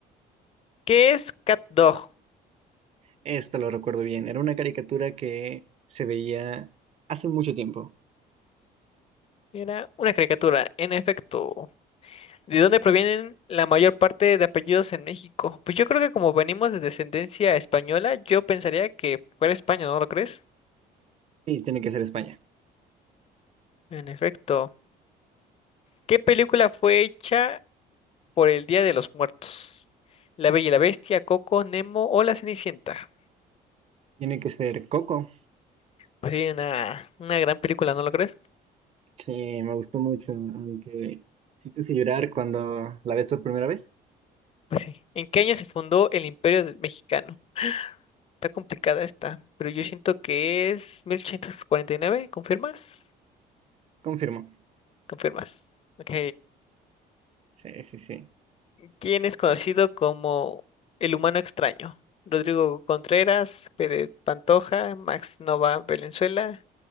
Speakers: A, on the left (about 35°); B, on the right (about 40°).
A: ¿qué es Cat Dog?
B: Esto lo recuerdo bien. Era una caricatura que se veía hace mucho tiempo.
A: Era una caricatura, en efecto. ¿De dónde provienen la mayor parte de apellidos en México? Pues yo creo que como venimos de descendencia española, yo pensaría que fuera España, ¿no lo crees?
B: Sí, tiene que ser España.
A: En efecto. ¿Qué película fue hecha por el Día de los Muertos? La Bella y la Bestia, Coco, Nemo o La Cenicienta.
B: Tiene que ser Coco,
A: Pues sí, una, una gran película, ¿no lo crees?
B: que me gustó mucho, aunque sí te hice llorar cuando la ves por primera vez.
A: Pues sí. ¿En qué año se fundó el Imperio de- Mexicano? Está complicada esta, pero yo siento que es 1849. ¿confirmas?
B: Confirmo.
A: Confirmas. Ok.
B: Sí, sí, sí.
A: Quién es conocido como el humano extraño. Rodrigo Contreras, Pérez Pantoja, Max Nova Valenzuela,